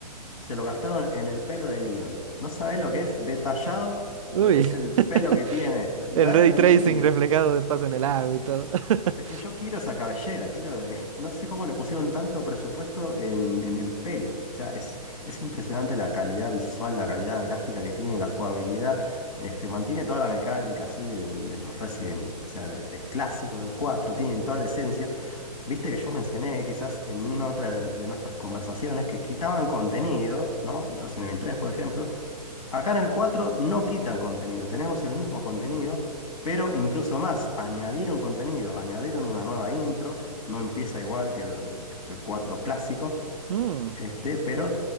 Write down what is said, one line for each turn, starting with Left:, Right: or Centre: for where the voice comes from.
Left: se lo gastaron en el pelo de Leon. No sabés lo que es detallado,
Right: Uy,
Left: lo que es el pelo
Right: <laughs>
Left: que tiene. Lo,
Right: el
Left: eh,
Right: ray
Left: lo
Right: tracing
Left: envidio.
Right: reflejado de paso en el agua y todo. <laughs>
Left: Es que yo quiero esa cabellera, quiero. eh, No sé cómo le pusieron tanto presupuesto en, en el pelo. O sea, es, es impresionante la calidad visual, la calidad gráfica que tiene, la jugabilidad. Este, mantiene toda la mecánica así de, de los Resident, o sea, de- del clásico, del 4 tienen toda la esencia. Viste que yo mencioné quizás en una otra de, de nuestras conversaciones que quitaban contenido, ¿no? Resident Evil 3, por ejemplo, Acá en el 4 no quitan contenido, tenemos el mismo contenido, pero incluso más, añadieron contenido, añadieron una nueva intro, no empieza igual que el, que el 4 clásico,
Right: Mm,
Left: este, pero